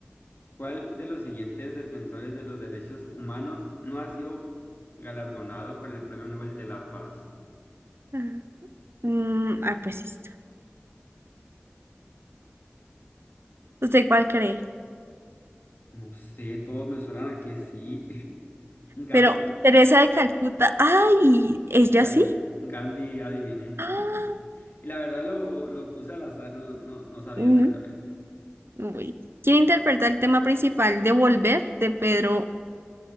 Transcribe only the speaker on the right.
Ajá. Mm, ah, pues esta. ¿Usted cuál cree?
Pero Teresa de Calcuta. ¡Ay! es
¿Ella sí?
¡Ah!
No.
Uy. ¿Quién interpreta el tema principal de Volver de Pedro